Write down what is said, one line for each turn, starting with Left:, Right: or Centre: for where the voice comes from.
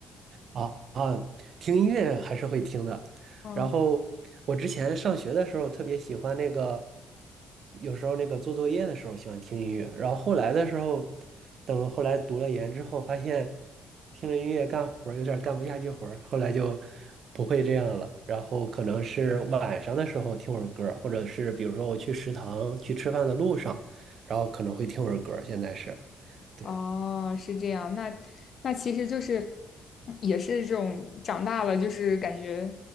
Right: 啊啊，听音乐还是会听的。
Left: <laughs> 嗯，
Right: 然后我之前上学的时候特别喜欢那个，有时候那个做作业的时候喜欢听音乐。然后后来的时候，等后来读了研之后，发现听着音乐干活儿有点儿干不下去活儿，后来就不会这样了。然后可能是晚上的时候听会儿歌儿或者是比如说我去食堂去吃饭的路上，然后可能会听会儿歌儿现在是对
Left: 哦，是这样。那那其实就是也是这种长大了，就是感觉